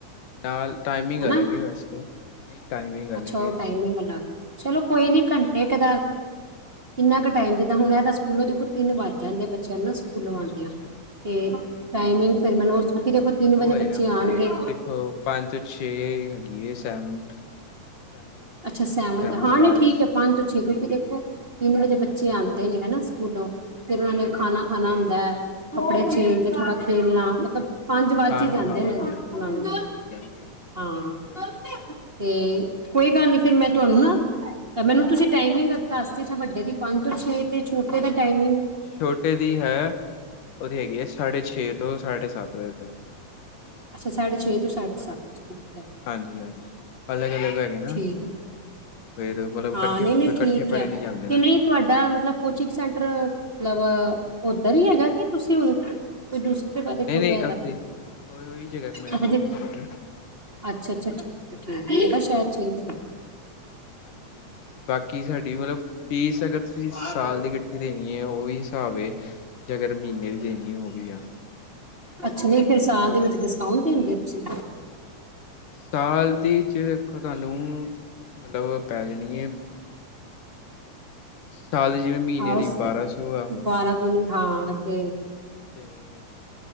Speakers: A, on the left; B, on the right.
A: ਨਾਲ ਟਾਈਮਿੰਗ
B: ਹਨਾਂ,
A: ਅਲੱਗ ਹੈ ਵੈਸੇ ਹਾਂਜੀ ਨਹੀਂ ਟਾਈਮਿੰਗ ਅਲੱਗ
B: ਅੱਛਾ
A: ਹੈ
B: ਉਹ ਟਾਈਮਿੰਗ ਦੀ ਗੱਲ ਆ, ਚਲੋ ਕੋਈ
A: ਹਾਂ
B: ਨੀ ਘੰਟ ਤੇ ਪਤਾ, ਕਿੰਨਾ ਕੁ ਟਾਈਮ ਜਿੱਦਾਂ ਹੁਣ ਐ ਤਾਂ ਸਕੂਲੋਂ ਦੇਖੋ ਤਿੰਨ ਵੱਜ ਜਾਂਦੇ ਬੱਚਿਆਂ ਨੂੰ ਨਾ ਸਕੂਲੋਂ
A: ਅੱਛਾ
B: ਆਉਂਦਿਆਂ
A: ਅੱਛਾ
B: ਤੇ ਟਾਈਮਿੰਗ
A: ਟੈਨ
B: ਫਿਰ ਮੈਨੂੰ ਦੇਖੋ ਤਿੰਨ
A: ਉਹ
B: ਵਜੇ
A: ਹੈ
B: ਬੱਚੇ
A: ਨਾ
B: ਆਣਗੇ
A: ਦੇਖੋ ਪੰਜ ਤੋਂ ਛੇ ਹੈਗੀ ਏ ਸੈਵਨਥ। ਸੈਵਨ ਟੂ
B: ਅੱਛਾ ਸੈਵਨਥ,
A: ਮਤਲਬ
B: ਹਾਂ
A: ਕਲਾਸ
B: ਨਹੀਂ ਠੀਕ ਐ ਪੰਜ ਤੋਂ ਛੇ ਠੀਕ ਹੈ ਕਿ ਦੇਖੋ ਤਿੰਨ ਵਜੇ
A: ਛੇ।
B: ਬੱਚੇ ਆਂਦੇ
A: ਹਾਂ
B: ਨੇ ਹਨਾ ਸਕੂਲੋਂ ਫਿਰ ਉਹਨਾ ਨੇ
A: ਠੀਕ
B: ਖਾਣਾ-
A: ਹੈ।
B: ਖਾਣਾ
A: ਤੇ
B: ਹੁੰਦਾ, ਕੱਪੜੇ ਚੇਂਜ, ਥੋੜਾ ਖੇਲਣਾ ਮਤਲਬ ਪੰਜ ਵੱਜ
A: ਹਾਂ
B: ਹੀ
A: ਹਾਂ
B: ਜਾਂਦੇ
A: ਹਾਂ ਉਹ
B: ਨੇ
A: ਤੇ
B: ਉਨਾਂ
A: ਆ। ਹਾਂ
B: ਨੂੰ,
A: ਹਾਂ ਸਹੀ ਗੱਲ
B: ਹਾਂ
A: ਸਹੀ ਗੱਲ ਹੈ।
B: ਤੇ ਕੋਈ ਗੱਲ ਨੀ ਫਿਰ ਮੈਂ ਤੁਹਾਨੂੰ ਨਾ ਤਾਂ ਮੈਨੂੰ ਤੁਸੀਂ ਟਾਈਮਿੰਗ ਦਸ ਦੀ ਵੱਡੇ ਦੀ ਪੰਜ ਤੋਂ ਛੇ ਤੇ ਛੋਟੇ ਦਾ ਟਾਈਮਿੰਗ
A: ਛੋਟੇ ਦੀ ਹੈ, ਉਹਦੀ ਹੈਗੀ ਹੈ ਸਾਢੇ ਛੇ ਤੋਂ ਸਾਢੇ ਸੱਤ ਵਜੇ ਤੱਕ।
B: ਅੱਛਾ, ਸਾਢੇ ਛੇ ਟੂ ਸਾਢੇ ਸਤ ਠੀਕ ਐ
A: ਹਾਂਜੀ- ਹਾਂਜੀ। ਅਲਗ- ਅਲਗ ਹੈਗੇ ਨਾ।
B: ਠੀਕ ਹੈ
A: ਫੇਰ ਮਤਲਬ ਇਕੱਠੇ,
B: ਹਾਂ ਨਹੀਂ
A: ਫਿਰ
B: ਨਹੀਂ
A: ਇਕੱਠੇ
B: ਠੀਕ
A: ਪੜ੍ਹੇ
B: ਹੈ
A: ਨੀ ਜਾਂਦੇ
B: ਤੇ
A: ਨਾ।
B: ਨਹੀਂ ਤੁਹਾਡਾ ਮਤਲਬ ਕੋਚਿੰਗ ਸੈਂਟਰ, ਮਤਲਬ ਉੱਧਰ ਹੀ ਹੈਗਾ ਕਿ ਤੁਸੀਂ, ਕੋਈ ਦੂਸਰੀ ਜਗ੍ਹਾ
A: ਨਹੀਂ
B: ਤੇ ਖੋਲਿਆ
A: ਨਹੀਂ
B: ਗਾ
A: ਉੱਥੇ ਉਹੀ, ਉਹੀ ਜਗ੍ਹਾ
B: <inaudible>
A: ਕੋ ਮੇਰਾ ਕੋਚਿੰਗ ਸੈਂਟਰ।
B: ਅੱਛਾ ਅੱਛਾ ਠੀਕ ਐ ਠੀਕ ਐ ਮੈਂ ਕਿਹਾ ਸ਼ਾਇਦ ਚੇਂਜ ਕਰ
A: ਹਾਂਜੀ, ਹਾਂਜੀ ਬਾਕੀ ਸਾਡੀ ਮਤਲਬ ਫੀਸ ਅਗਰ ਤੁਸੀਂ
B: ਹਾਂਜੀ
A: ਸਾਲ ਦੀ ਦੇਣੀ ਐ ਉਹੀ ਹਿਸਾਬ ਏ ਤੇ ਅਗਰ ਮਹੀਨੇ ਦੀ ਦੇਣੀ ਐ ਉਹ ਵੀ ਆ
B: ਅੱਛਾ ਨਹੀਂ ਫੇਰ ਸਾਲ ਦੇ ਵਿੱਚ ਡਿਸਕਾਊਂਟ ਦਿੰਦੇ ਹੋ ਤੁਸੀਂ
A: ਸਾਲ ਦੀ ਚ ਦੇਖੋ ਤੁਹਾਨੂੰ ਮਤਲਬ ਪੈ ਜਾਣੀ ਏ ਸਾਲ ਦੀ ਜਿਵੇਂ ਮਹੀਨੇ
B: ਆਹੋ
A: ਦੀ ਬਾਰਾਂ ਸੌ ਆ
B: ਬਾਰਾਂ ਦੂਨੀ ਹਾਂ ਤੇ
A: ਤੇ,